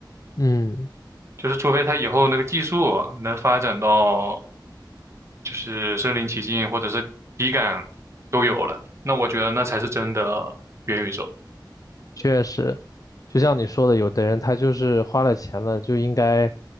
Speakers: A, on the left (about 45°); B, on the right (about 35°).
A: 嗯。
B: 就是除非他以后那个技术能发展到就是身临其境或者是体感都有了，那我觉得那才是真的元宇宙。
A: 确实，就像你说的，有的人他就是花了钱了，就应该，